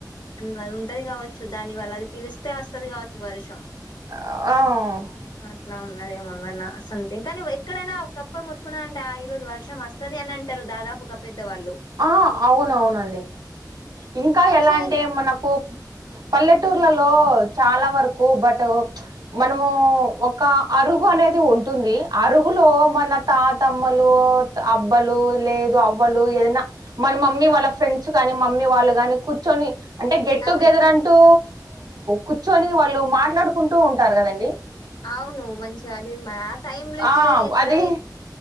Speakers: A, on the left (about 85°); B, on the right (about 65°).
A: ఉ మరి ఉంటది గావచ్చు దాని వల్ల అది పిలిస్తే అస్తది గావచ్చు వర్షం
B: అ
A: ఆ అట్ల ఉన్నదేమో ఏమన్న సమ్థింగ్ కనీ ఎక్కడైన ఒ కప్ప మోతుకూనది అంటే ఆ ఈ రోజు వర్షం వస్తది అని అం టరు దాదాపు ఒక పెద్దవాళ్ళు
B: ఆ ఔననవునండి ఇంక
A: అట్లా
B: ఎలా అంటే
A: ఇం
B: మనకు పల్లెటూర్లలో
A: ఉమ్
B: చాలా వరకు బట్ మనము ఒక అరుగు అనేది ఉంటుంది అరుగులో మన తాతమ్మలు అబ్బలు లేదు అవ్వలు ఏదైనా మన మమ్మీ
A: ఆ
B: వాళ్ళ ఫ్రెండ్స్ కానీ మమ్మీ వాళ్ళు కాని కూర్చొని అంటే గెట్
A: అవును
B: టుగెదర్ అం టూ కూర్చొని వాళ్ళు మాట్లాడుకుంటూ ఉంటారు కదండి
A: అవును మంచిగా అది ఆ టైమ్ లో ఇప్పుడు
B: ఆ
A: ఎక్కడ
B: అది